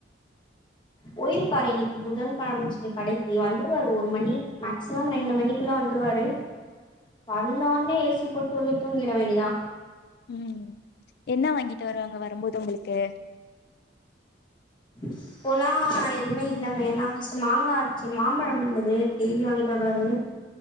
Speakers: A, on the left; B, on the left.
A: போயிருப்பாரு இன்னிக்கு புதன்கெழமன்னு சொல்லி கடைக்கு வந்துருவாரு ஒரு மணி மேக்சிமம் ரெண்டு மணிக்குள்ள வந்துருவாரு வந்தவுன்னே ஏசி போட்டு உள்ள தூங்கிட வேண்டியதுதா
B: உம் என்ன வாங்கிட்டு வருவாங்க வரும்போது உங்ளுக்கு
A: இப்போலா எதுமே இல்லங்க ஏனா ஃர்ஸ்ட்டு மாங்கா இருன்ச்சி மாம்பழம் வெந்தது டெய்லி வாங்கிட்டு வருவாரு